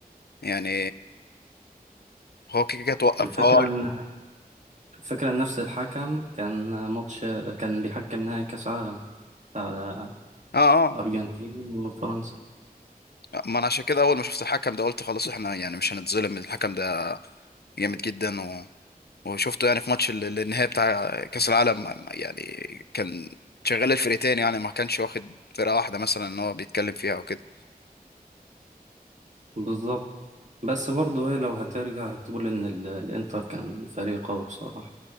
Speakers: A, on the left; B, on the right.
A: يعني هو كده كده توقف
B: الفكرة
A: هو اه
B: إن الفكرة إن نفس الحكم كان ماتش كان بيحكم نهائي كأس عالم بتاع
A: اه
B: أرجنتين وفرنسا
A: آه. ما انا عشان كده اول ما شفت الحكم ده قلت خلاص احنا يعني مش هنتظلم الحكم ده جامد جدا و... وشفته يعني في ماتش ال- ال- النهائي بتاع كاس العالم يعني كان شغال الفرقتين يعني ما كانش واخد فرقه واحده مثلا ان هو بيتكلم فيها او كده
B: بالظبط بس برضه إيه لو هترجع هتقول إن ال- الإنتر كان فريق قوي بصراحة